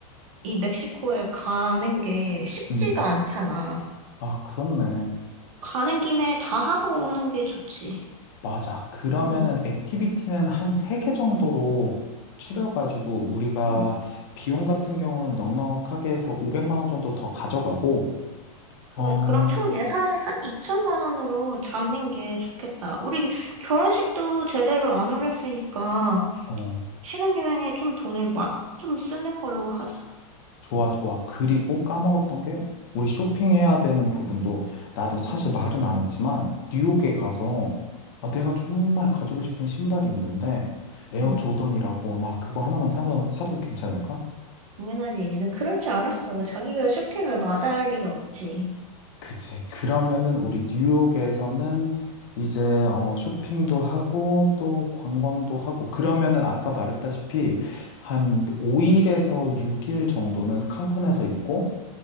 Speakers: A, on the right; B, on the left.
A: 이 멕시코에 가는 게 쉽지가
B: 음.
A: 않잖아.
B: 아, 그렇네.
A: 가는 김에 다 하고 오는 게 좋지.
B: 맞아. 그러면은
A: 응,
B: 액티비티는 한 세 개 정도로 추려가지고 우리가
A: 응.
B: 비용 같은 경우는 넉넉하게 해서 500만 원 정도 더 가져가고,
A: 그래,
B: 어,
A: 그럼 총 예산을 한 2천만 원으로 잡는 게 좋겠다. 우리 결혼식도 제대로 안 올렸으니까.
B: 어,
A: 신혼여행에 좀 돈을 마, 좀 쓰는 걸로 하자.
B: 좋아, 좋아. 그리고 까먹었던 게 우리 쇼핑해야 되는 부분도 나도 사실
A: 응,
B: 말은 안 했지만 뉴욕에 가서 아, 내가 정말 가지고 싶은 신발이 있는데 에어
A: 응.
B: 조던이라고 나 그거 하나만 사면 사도 괜찮을까?
A: 당연하지. 난 그럴 줄 알았어. 자기가 쇼핑을 마다할 리가 없지.
B: 그치. 그러면은 우리 뉴욕에서는 이제 어, 쇼핑도 하고 또 관광도 하고 그러면은 아까 말했다시피 한 5일에서 6일 정도는 칸쿤에서 있고